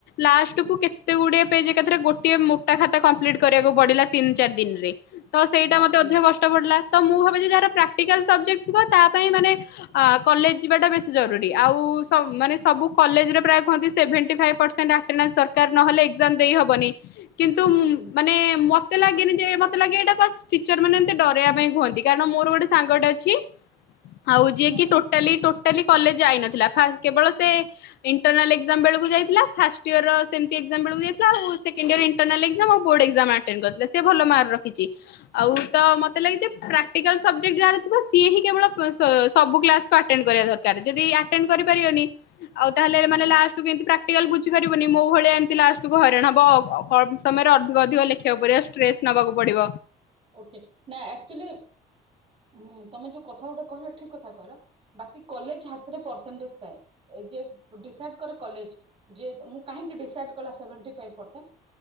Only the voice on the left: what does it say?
ଲାଷ୍ଟକୁୁ
କେ ତେ ଗୁଡିଏ ପେଜ ଏକାଥରେ ଗୋଟିଏ ମୋଟା ଖାତା କମ୍ପ୍ଲିଟ୍ କରିବାକୁ ପଡିଲା ତିନ ଚାର ଦିନରେ। ତ ସେଇଟା
ମୋତେ ଅଧିକ କଷ୍ଟ ପଡ଼ିଲା ତ ମୁଁ ଭାବି ଯେ ଯାହାର ପ୍ରାକ୍ଟିକାଲ୍ ସବଜେକ୍ଟ ଥିବ ତା ପାଇଁ ମାନେ ଆ କଲେଜ ଯିବାଟା ବେଶ ଜରୁରୀ ଆଉ ସ ମାନେ ସବୁ କଲେଜରେ ପ୍ରାୟ କୁହ ସେଭେଣ୍ଟି ଫାଇଭି ପଶେ ଆଟେନାଶ ଦରକାର ନହେଲେ ଏକ୍ସଜାମ ଦେଈହବନି
କିନ୍ତୁ ମୁଁ
ମାନେ ମୋ ମତେ ଲାଗେନି ଯେ ମୋତେ ଲାଗେ ଏଇଟା ଵାସ ଟିଚର ମାନେ ଏମିତି ଡରେଇବା ପାଇଁ କୁହନ୍ତି କାରଣ ମୋତେ ମୋର ଗୋଟେ ସଙ୍ଗଟେ
ଅଛି ଆଉ ଯିଏ
କି ଟୋଟାଳି ଟୋ ଟୋଟାଳି କଲେଜେ ଯାଇନଥିଲା ଫାଷ୍ଟ କେବଳ ସେ ଇଣ୍ଟରନାଲ ଏକ୍ସଜାମ ବେଳକୁ ଯାଇଥିଲା ଫାଷ୍ଟ ଏୟର ସେମିତି ଏକ୍ସଜାମ ବେଳକୁ ଯାଇଥିଲା ଆଉ କି ଇଣ୍ଟରନାଲ୍ ଏକ୍ସଜାମ ଆଉ ବୋର୍ଡ ଏକ୍ସଜାମ ଆଟେଣ୍ଟ କରିଥିଲା ସେ ଭଲ ମାର୍କ ରଖିଚି। ଆଉ ତ ମତେ ଲାଗେ ଯେ ପ୍ରାକ୍ଟିକାଲ ସବଜେକ୍ଟ ଯାହାର ଥିବ ସିଏ ହିଁ କେବଳ ସ ସବୁ କ୍ଲାସ ତ ଆଟେଣ୍ଟେ କରିବା ଦରକାର ଯଦି ଆଟେଣ୍ଟେ କରିପାରିବନି ଆଉ ତାହେଲେ
ମାନେ ଲାଷ୍ଟ କୁ ଏମିତି ପ୍ରାଟିଆଲ ବୁଝି ପାରିବନି ମୋ ଭଳି ଏମିତି
ଲାଷ୍ଟ କୁ ହଇରାଣ ହବ। କମ ସମୟରେ ଅଧିକ ଅଧିକ ଲେଖିବାକୁ ପଡିବ ଷ୍ଟ୍ରେସ ନେବାକୁ ପଡିବ।